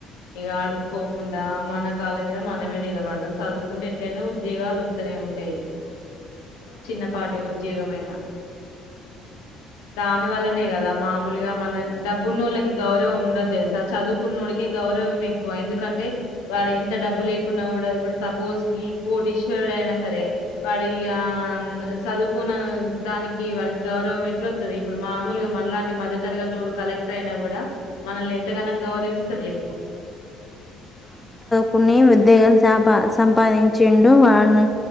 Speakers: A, on the left (about 75°); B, on the left (about 20°).
A: ఇక అడుక్కోకుండా మన కాల్ల మీద మనమే నిలబడదాం చదువుకుంటే ఎట్లయినా ఉద్యోగాలు వత్తనే ఉంటాయి చిన్నపాటి ఉద్యోగమైన దాను వల్లనే కదా మామూలుగా మన్ నక్ డబ్బున్నోళ్ళకి గౌరవం ఉండదు తెలుసా చదువుకున్నోడికి గౌరవం ఎక్కువ ఎందుకంటే వాడు ఎంత డబ్బు లేకున్నా కూడా ఇప్పుడు సపోజ్ కి కోటిశ్వరుడు అయినా సరే వాడి యి ఆ చదువుకొన దానికి వాడికి గౌరవంమెట్లో తది ఇప్పుడు మామూలుగా మనలాంటి మద్య తరగా తోడు కలెక్టర్ అయినా కూడా మనల్ని ఎంతగానం గౌరవిస్తారు చెప్పు
B: కొన్ని ఉద్యోగం సంపా సంపాదించిండు వాని